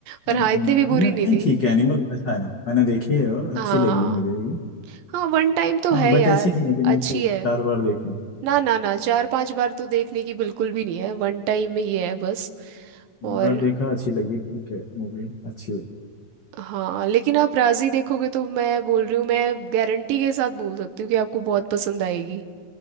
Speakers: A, on the right; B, on the left.
A: पर
B: हम्म,
A: हाँ इतनी भी बुरी
B: नहीं
A: नहीं थी
B: ठीक है एनिमल अच्छा एनिमल मैंने देखी है और अच्छी
A: हाँ
B: लगी मुझे भी
A: हाँ वन टाइम तो
B: हाँ
A: है
B: बट
A: यार
B: ऐसी नहीं है कि मैं
A: अच्छी
B: उसको
A: है
B: चार बार देखूं
A: ना ना ना चार पांच बार तो देखने की बिल्कुल भी नहीं है वन टाइम ही है बस
B: एक
A: और
B: बार देखा अच्छी लगी ठीक है मूवी अच्छी है
A: हाँ लेकिन आप राजी देखोगे तो मैं बोल रही हूँ मैं गारंटी के साथ बोल सकती हूँ कि आपको बहुत पसंद आएगी